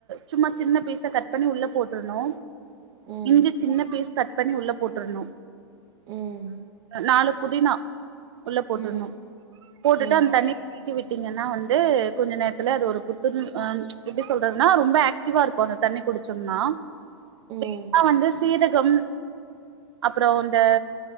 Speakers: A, on the right; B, on the right.
A: சும்மா சின்ன பீச கட் பண்ணி உள்ள போட்டுர்ணு
B: ம்
A: இ்ஞ்சி பீஸ் கட் பண்ணி உள்ள போட்டுர்ணு
B: ம்
A: நாலு புதினா உள்ள போட்டுர்ணு
B: ம்
A: போட்டுட்டு
B: ம்
A: அந்த தண்ணி க்கி விட்டகங்கனா வந்து கொஞ்ச நேரத்துல அது ஒரு புத்துணர் அ எப்டி சொல்றதுனா ரொம்ப ஆக்ட்டிவா இருக்கு அந்த தண்ணி குடிச்சம்னா
B: ம்
A: வேணுனா வந்து சீரகம் அப்றோ இந்த